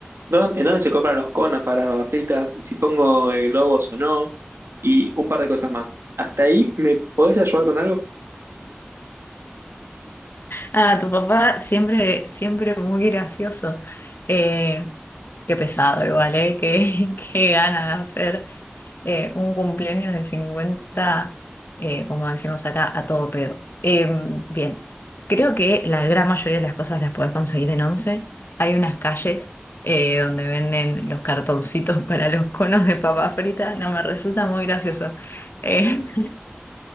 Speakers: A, on the right; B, on the left.
A: dónde- en dónde se compran los conos para las papas fritas, si pongo eh, globos o no, y un par de cosas más. ¿Hasta ahí me podés ayudar con algo?
B: Ah, tu papá siempre, siempre muy gracioso. Eh, Qué pesado igual, ¿eh? Qué, <laughs> qué gana de hacer eh, un cumpleaños de 50, eh, como decimos acá, a todo pedo. Eh, bien, creo que la gran mayoría de las cosas las podés conseguir en Once. Hay unas calles eh, donde venden los cartoncitos <laughs> para los conos de papa frita. No me resulta muy gracioso. Eh,